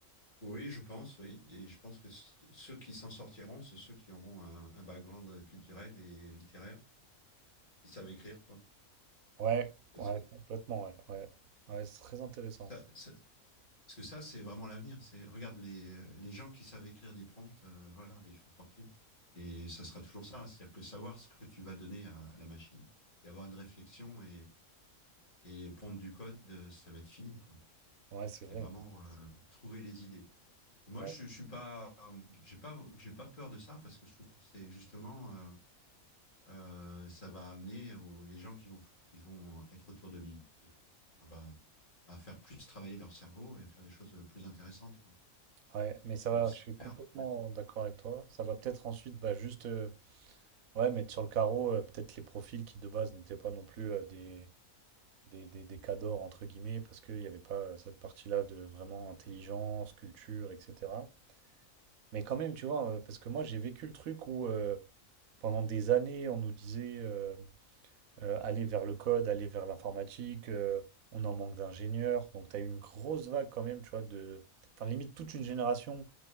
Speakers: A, on the left (about 35°); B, on the right (about 75°).
A: oui, je pense, oui. Et je pense que c- ceux qui s'en sortiront, c'est ceux qui auront un, un background culturel et littéraire, qui savent écrire, quoi.
B: Ouais,
A: Parce
B: ouais,
A: que
B: complètement, ouais, ouais. Ouais, c'est très intéressant.
A: ça, ça, Parce que ça, c'est vraiment l'avenir. C'est regarde les, les gens qui savent écrire des prompts, euh, voilà, ils font fortune. Et ça sera toujours ça, c'est-à-dire que savoir ce que tu vas donner à, à la machine et avoir une réflexion et, et pondre du code, euh, ça va être fini, quoi.
B: Ouais, c'est
A: C'est
B: vrai.
A: vraiment euh, trouver les idées. Et moi,
B: Ouais,
A: je, je suis pas, euh, j'ai pas, j'ai pas peur de ça parce que je trouve que c'est justement, euh, euh, ça va amener aux- les gens qui vont, qui vont être autour de l'île à, à faire plus travailler leur cerveau et à faire des choses plus intéressantes, quoi.
B: ouais, mais ça
A: que
B: va,
A: de se
B: je suis
A: perdre.
B: complètement d'accord avec toi. Ça va peut-être ensuite, bah, juste, euh, ouais, mettre sur le carreau, euh, peut-être les profils qui de base n'étaient pas non plus euh, des, des, des, des cadors, entre guillemets, parce qu'il n'y avait pas euh, cette partie-là de vraiment intelligence, culture, etc. Mais quand même, tu vois, euh, parce que moi, j'ai vécu le truc où euh, pendant des années, on nous disait. euh, euh, aller vers le code, aller vers l'informatique. euh, on en manque d'ingénieurs. Donc, tu as eu une grosse vague quand même, tu vois, de... Enfin, limite toute une génération.